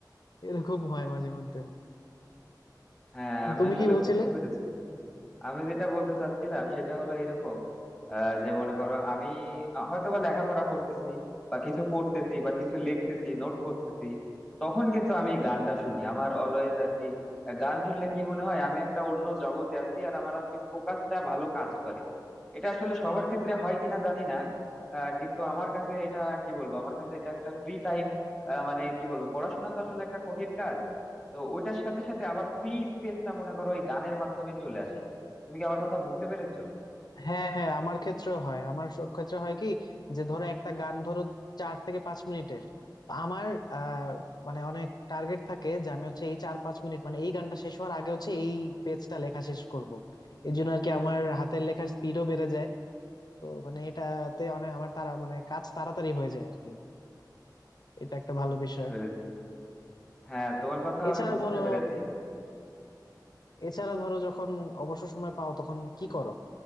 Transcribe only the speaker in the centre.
হ্যাঁ আমি
আসলে
বুঝতে পেরেছি আমি যেটা বলতে চাচ্ছিলাম সেটা হলো এরকম আহ, যে মনে করো আমি হয়তো বা লেখাপড়া করতেছি বা কিছু পড়তেছি বা কিছু লিখতেছি নোট করতেছি তখন কিন্তু আমি গানটা শুনি আমার অলওয়েজ আর কি আহ, গান শুনলে কি মনে হয় আমি একটা অন্য জগতে আছি আর আমার আর কি ফোকাসটা ভালো কাজ করে এটা আসলে সবার ক্ষেত্রে হয় কিনা জানি না আহ, কিন্তু আমার কাছে এটা কি বলবো আমার কাছে এটা একটা ফ্রি টাইম মানে কি বলবো পড়াশোনা তো আসলে একটা কঠিন কাজ তো ওইটার সাথে সাথে আবার ফ্রি স্পেসটা মনে করো ওই গানের মাধ্যমে চলে আসে তুমি কি আমার কথা বুঝতে পেরেছো
বুঝতে
পেরেছি হ্যাঁ তোমার কথা
আমি বুঝতে
পেরেছি